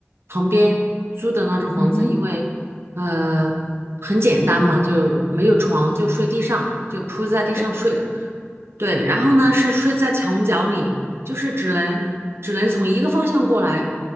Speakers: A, on the right (about 65°); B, on the left (about 20°).
A: 旁边租的那种房子，
B: 嗯哼，
A: 因为呃很简单嘛，就没有床，就睡地上，就铺在地上睡的。
B: 对，
A: 对，然后呢是睡在墙角里。就是只能只能从一个方向过来，